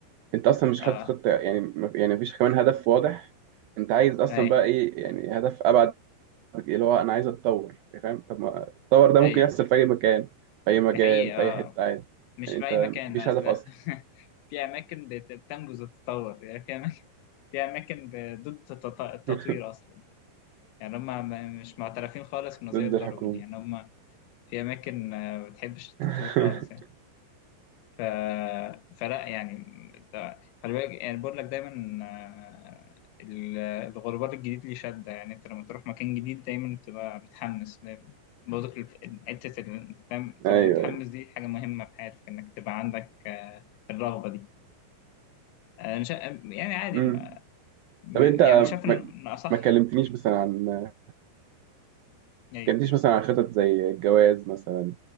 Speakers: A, on the right; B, on the left.
A: انت اصلا مش حاطط
B: اه
A: خطه يعني م- يعني مفيش كمان هدف واضح انت عايز اصلا
B: ايوه
A: بقى ايه يعني هدف ابعد اللي هو انا عايز اتطور يعني فاهم طب ما التطور ده
B: ايوه
A: ممكن يحصل في اي مكان في اي مجال
B: دي حقيقه
A: في
B: اه
A: اي حته عادي
B: مش
A: يعني
B: في
A: انت
B: اي مكان
A: مفيش
B: لا اساسا
A: هدف اصلا
B: <laughs> في اماكن بت- بتنبذ التطور يعني في اماكن في اماكن ضد التط- التطوير
A: <laughs>
B: اصلا يعني هم م- مش معترفين خالص بنظرية
A: ضد
B: داروين
A: الحكومه
B: يعني هم في أماكن آه، ما بتحبش التطوير
A: <laughs>
B: خالص يعني ف... فلا يعني ده- خلي بالك يعني بقول لك دايما آه، ال- الغربال الجديد ليه شدة يعني أنت لما تروح مكان جديد دايما بتبقى متحمس دايما برضك الف- حتة ال- دايما تبقى
A: ايوه
B: متحمس
A: ايوه
B: دي حاجة مهمة في حياتك إنك تبقى عندك آه، الرغبة دي آه، أنا شا... يعني عادي
A: امم
B: ما... م-
A: طب
B: يعني
A: انت
B: شايف إن
A: ما
B: إن أصح
A: ما كلمتنيش مثلا عن ما
B: أيوه
A: كلمتنيش مثلا عن خطط زي الجواز مثلا